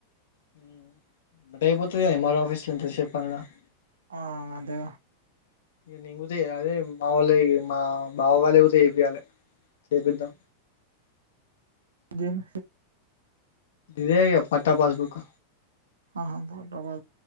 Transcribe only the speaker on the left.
హు ఎమ్మటే అయిపొద్ద ఏం ఆర్ ఓ ఆఫస్ లో <unintelligible> <unintelligible>
బావ వాళ్ళు పోతే ఏపియాలి చెప్పిద్దాం
ఇదే ఇగ పట్టా పాస్ బుక్